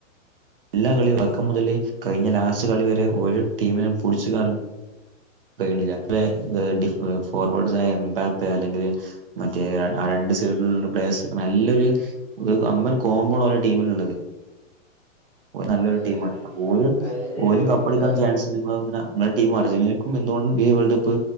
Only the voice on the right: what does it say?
ല്ലാ കളിയും തൊടക്കം മുതല് കഴിഞ്ഞ ലാസ്റ്റ് കളി വരെ ഒരൊ ടീമിനും പുടിച്ച് കറ <unintelligible> വേ ഡിഫ് ഫോർവേഡ്സ് എംബാപ്പേ അല്ലെങ്കില് മറ്റേ ആ രണ്ട് സൈഡിലുള്ള പ്ലേയേസ് ഒക്കെ നല്ലൊരു ഇത് വമ്പൻ കോംമ്പോണ് അവരെ ടീമിലുള്ളത് ഓല് നല്ലൊരു
ടീമാണ്
ഓല്
ഓല് കപ്പടിക്കാൻ
ചാൻസ് <unintelligible> ഇങ്ങളെ ടീം <unintelligible> എന്തോണ്ടും ഈ വേൾഡ് കപ്പ്